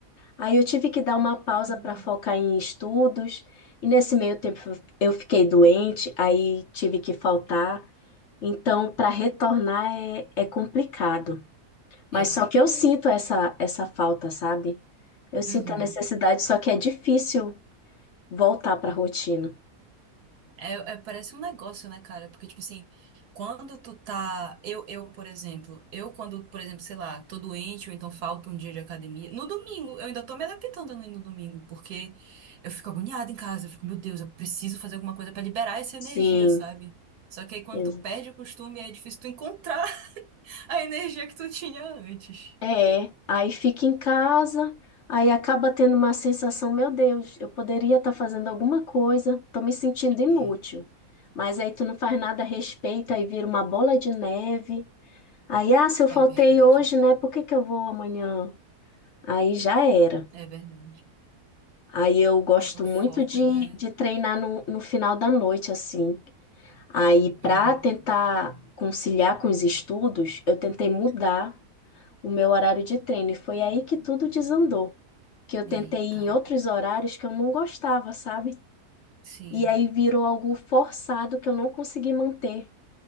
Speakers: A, on the left; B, on the right.
A: Aí eu tive que dar uma pausa
B: Caramba.
A: para focar em estudos, e nesse meio tempo eu fiquei doente, aí tive que faltar. Então, para retornar é, é complicado. Mas
B: É.
A: só que eu sinto essa, essa falta, sabe? Eu sinto
B: Uhum.
A: a necessidade, só que é difícil voltar para a rotina.
B: É, é- parece um negócio, né, cara? Porque, tipo assim, quando tu tá. Eu, eu, por exemplo, eu quando, por exemplo, sei lá, tô doente ou então falta um dia de academia. No domingo, eu ainda tô me adaptando a não ir no domingo, porque eu fico agoniada em casa. Eu fico, meu Deus, eu preciso fazer alguma coisa pra liberar essa
A: Sim,
B: energia, sabe? Só que aí quando
A: exa-
B: tu perde o costume, é difícil tu encontrar <laughs> a energia que tu tinha antes.
A: é. Aí fica em casa, aí acaba tendo uma sensação, meu Deus, eu poderia estar fazendo alguma coisa, tô me sentindo inútil.
B: É,
A: Mas aí tu não faz nada a respeito, aí vira uma bola de neve. Aí, ah, se eu
B: é
A: faltei
B: verdade.
A: hoje, né? Por que que eu vou amanhã? Aí já era.
B: É verdade.
A: Aí eu gosto
B: É, o foco,
A: muito de,
B: ele é.
A: de treinar no, no final da noite, assim. Aí, para
B: Uhum.
A: tentar conciliar com os estudos, eu tentei mudar o meu horário de treino. E foi aí que tudo desandou. Que eu tentei
B: Eita.
A: ir em outros horários que eu não gostava, sabe?
B: Sim.
A: E aí virou algo forçado que eu não consegui manter,